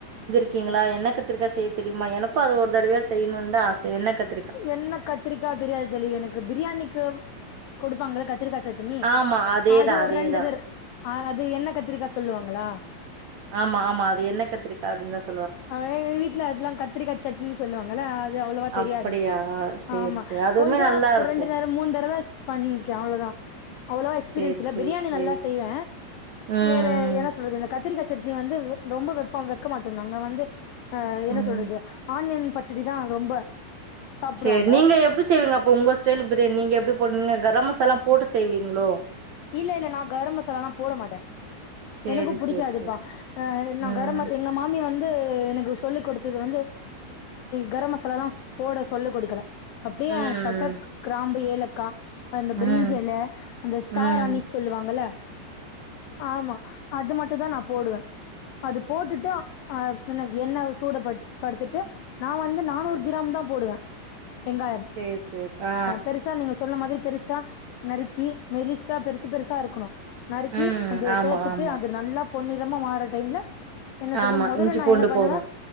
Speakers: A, on the right; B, on the left.
A: இருக்கீங்களா என்ன கத்திரிக்கா செய்ய தெரியுமா எனக்கு அது ஒரு தடவயாவது ஆச செய்யணும்னு தா ஆசை என்ன கத்து
B: என்ன கத்திரிக்கா தெரியாது தோழி எனக்கு பிரியாணிக்கு குடுப்பாங்கள கத்திரிக்கா சட்டனி
A: ஆமா அதேதா
B: அது ஒரு
A: அதேதா
B: ரெண்டு தர் அது என்ன கத்திரிக்கா சொல்லுவாங்களா
A: ஆமா ஆமா அது என்ன கத்திரிக்கா அப்டின் தா சொல்
B: எ வீட்ல அதெல்லா கத்ரிக்காய் சட்னின்னு சொல்லுவாங்கல்ல அது அவ்ளவா தெரியாது
A: அப்படியா சேரி
B: ஆமா
A: சேரி அதுவுமே
B: கொஞ்சோ
A: நல்லா இருக்கு
B: ரெண்டு நேரம் மூணு தடவை பண்ணிருக்கே அவ்ளோவுதா அவ்ளவா எக்ஸ்பீரியன்ஸ்
A: சேரி
B: இல்ல
A: சேரி
B: பிரியாணி
A: சேரி
B: நல்லா செய்வே
A: ம்
B: வேற என்ன சொல்றது இந்த கத்திரிக்கா சட்னி வந்து ரொம்ப வெப்ப வைக்க மாட்டோ நாங்க வந்து அ என்ன
A: ம்
B: சொல்றது
A: ம்
B: ஆனியன் பச்சடி தா ரொம்ப சாப்டுவாங்க
A: செரி நீங்க எப்டி செய்வீங்க அப்ப உங்க ஸ்டைல் பிரியாணி நீங்க எப்டி போ நீங்க கரம் மசாலா போட்டு செய்வீங்களோ
B: இல்ல இல்ல நா கரம் மசாலல்லா போட மாட்டே
A: சேரி
B: எனக்கு பிடிக்காதுப்பா
A: சேரி சேரி ம்
B: நா கரம எங்க மாமி வந்து எனக்கு சொல்லிக குடுத்தது வந்து கரம் மசாலல்லா போட சொல்லு குடுக்கல அப்டியே
A: ம்
B: பட்ட கிராம்பு ஏலக்கா அந்த
A: ம்
B: பிரிஞ்சு இலை அந்த ஸ்டார்
A: ம்
B: அனிஸ் சொல்லுவாங்க ல ஆமா அது மட்டு தா நா போடுவே அது போட்டுட்டு அ எண்ணெய் சூடு படுத்துட்டு நான் வந்து நானூறு
A: ம்
B: கிராம் தா போடுவே வெங்காயம்
A: சேரி சேரி ஆ
B: பெருசா நீங்க சொன்ன மாதிரி பெருசா நறுக்கி மெலிசா பெருசு பெருசா இருக்கணு நறுக்கி
A: ம்
B: அந்த
A: ஆமா
B: சேர்த்துட்டு
A: ஆமா
B: அது நல்லா பொன்னிறமா மாற்ற டைம்ல என்ன சொல்றே
A: ஆமா
B: முதல்ல
A: இஞ்சி
B: நா
A: பூண்டு
B: என்ன பண்ணுவே
A: போட்ணு